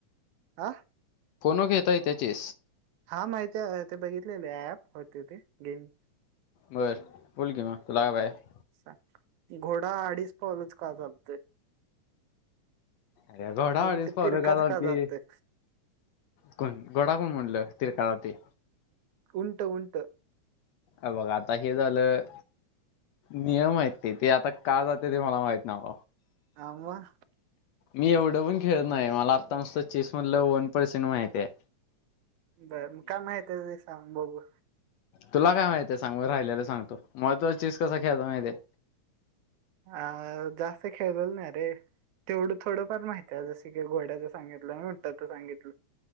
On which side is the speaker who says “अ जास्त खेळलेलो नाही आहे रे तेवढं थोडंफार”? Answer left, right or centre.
Right